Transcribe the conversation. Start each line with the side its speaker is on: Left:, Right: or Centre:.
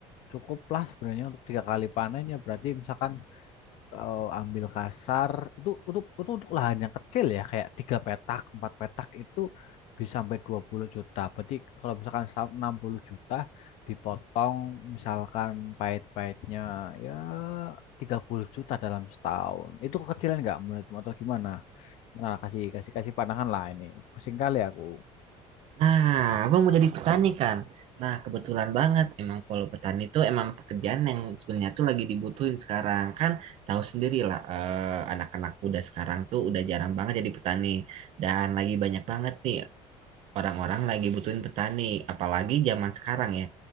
Left: cukup lah sebenarnya untuk tiga kali panen ya. Berarti misalkan kalau ambil kasar itu untuk itu untuk lahan yang kecil ya kayak tiga petak, empat petak itu bisa sampai 20 juta. Berarti kalau misalkan setahun enam puluh juta dipotong misalkan pahit-pahitnya ya 30 juta dalam setahun. Itu kekecilan nggak menurutmu atau gimana? Nah, kasih kasih kasih pandangan lah ini. Pusing kali aku.
Right: Nah, abang mau jadi petani kan? Nah, kebetulan banget emang kalau petani itu emang pekerjaan yang sebenarnya tuh lagi dibutuhin sekarang kan tahu sendiri lah eh, anak-anak muda sekarang tuh udah jarang banget jadi petani dan lagi banyak banget nih orang-orang lagi butuhin petani, apalagi zaman sekarang ya.